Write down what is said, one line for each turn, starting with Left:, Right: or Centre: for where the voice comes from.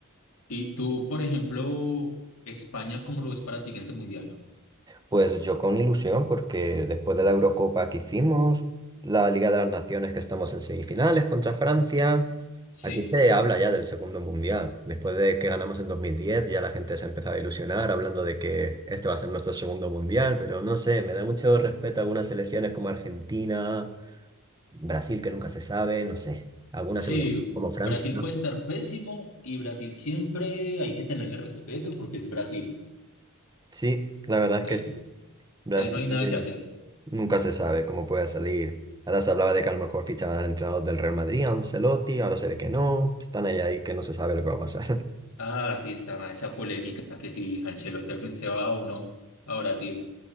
Left: Y tú, por ejemplo, España, ¿cómo lo ves para el siguiente mundial?
Right: Pues yo con ilusión, porque después de la Eurocopa que hicimos, la Liga de las Naciones que estamos en semifinales contra Francia,
Left: Sí,
Right: aquí se habla ya del segundo mundial. Después de que ganamos en 2010, ya la gente se ha empezado a ilusionar hablando de que este va a ser nuestro segundo mundial, pero no sé, me da mucho respeto algunas selecciones como Argentina, Brasil, que nunca se sabe, no sé, algunas
Left: sí,
Right: Euro como Francia,
Left: Brasil
Right: ¿no?
Left: puede estar pésimo y Brasil siempre hay que tenerle respeto porque es Brasil.
Right: Sí, la verdad es
Left: Ahí,
Right: que sí. Brasil.
Left: ahí no hay nada que hacer.
Right: Nunca se sabe cómo puede salir. Ahora se hablaba de que a lo mejor fichaban al entrenador del Real Madrid, a Ancelotti, ahora se ve que no. Están ahí, ahí que no se sabe lo que va a pasar. <laughs>
Left: Ah, sí, está esa polémica que si Ancelotti al fin se va o no a Brasil.